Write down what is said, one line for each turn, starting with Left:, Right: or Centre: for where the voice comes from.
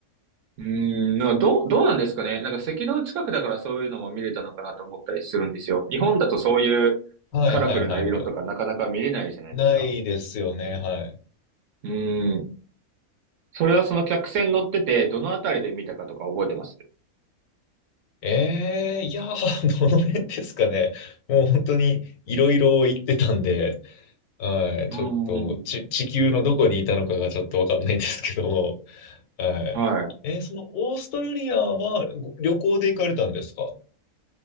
Right: うん。なんかどう、どうなんですかね。なんか赤道近くだからそういうのも見れたのかなと思ったりするんですよ。日本だとそういうカラフルな色とかなかなか見れないじゃないですか。
Left: はいはいはいはい。ないですよね、はい。
Right: うん。それはその客船乗ってて、どのあたりで見たかとか覚えてます
Left: ええいやー、<laughs> どの辺ですかね。もう本当にいろいろ言ってたんで、はい、
Right: うん。
Left: ちょっとち、地球のどこにいたのかがちょっとわかんないですけども、はい。
Right: はい。
Left: えーそのオーストラリアはご旅行で行かれたんですか